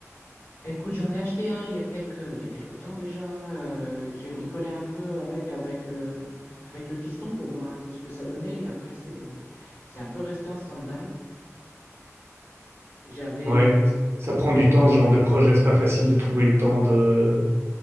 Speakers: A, on the left (about 45°); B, on the right (about 50°).
A: Écoute, j'en ai acheté un il y a quelques, il y a quelques temps déjà. euh, j'ai bricolé un peu avec, avec, euh, avec le fiston pour voir un peu ce que ça donnait. Et après, c'est, c'est un peu resté en stand-by. J'avais.
B: Ouais, ça prend du temps, ce genre de projet. C'est pas facile de trouver le temps de,